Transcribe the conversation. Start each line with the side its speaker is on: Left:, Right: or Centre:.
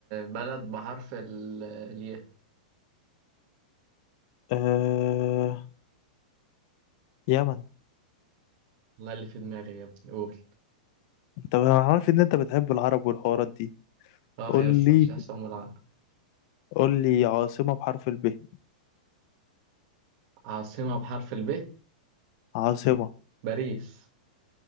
Right: بلد بحرف ال- الياء
Left: آه... يمن
Right: والله اللي في دماغي يا ابني قول
Left: انت انا عارف ان انت بتحب العرب والحوارات دي
Right: اه
Left: قول
Right: يا اسطى
Left: لي
Right: مش احسن من العب
Left: قول لي عاصمة بحرف الب
Right: عاصمه بحرف الب
Left: عاصمة
Right: باريس